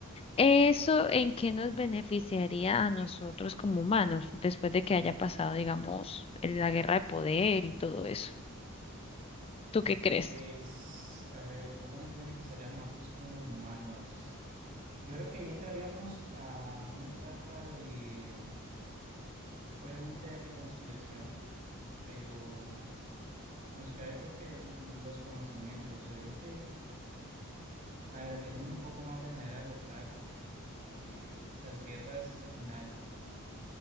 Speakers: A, on the left; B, on the right.
A: ¿Eso en qué nos beneficiaría a nosotros como humanos después de que haya pasado, digamos, el- la guerra de poder y todo eso? ¿Tú qué crees?
B: Pues, a ver, ¿cómo nos beneficiaría a nosotros como los humanos? Yo creo que ahí entraríamos a una etapa de, obviamente, de reconciliación, pero nos queda, yo creo que el- los conocimientos, o sea, yo creo que, a ver, aplicándolo un poco más de manera local, eh, las guerras al final